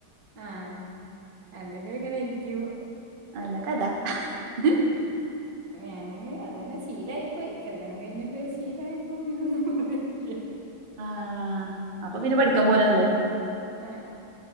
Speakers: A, on the right; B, on the right.
A: ആഹ് അല്ലെങ്കിൽ ഇങ്ങനെ ഇരിക്കും.
B: നല്ല <inaudible>
A: ഞാന് അത് തന്നെ ശീലായി പോയി കല്യാണം കഴിഞ്ഞ് ഇപ്പ ശീലായപ്പം പിന്നൊന്നും പറയാൻ ഇല്ല്യ.
B: ആഹ് അപ്പോ പിന്നെ പഠിക്കാൻ പോവന്നെ നല്ലത്.
A: ആ